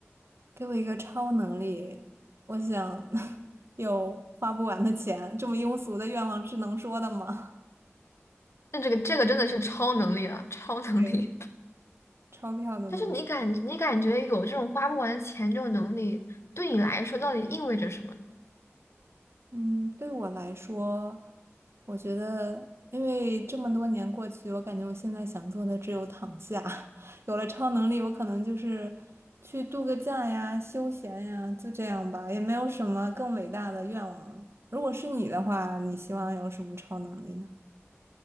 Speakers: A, on the right; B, on the left.
A: 给我一个超能力，我想 <laughs> 有花不完的钱。这么庸俗的愿望是能说的吗？
B: 那这个这个真的是超能力了，超能力。
A: <laughs> 对，钞票的能力。
B: 但是你感你感觉有这种花不完的钱这种能力，对你来说到底意味着什么呢？
A: 嗯，对我来说，我觉得，因为这么多年过去，我感觉我现在想做的只有躺下。<laughs> 有了超能力，我可能就是去度个假呀、休闲呀，就这样吧，也没有什么更伟大的愿望了。如果是你的话，你希望有什么超能力呢？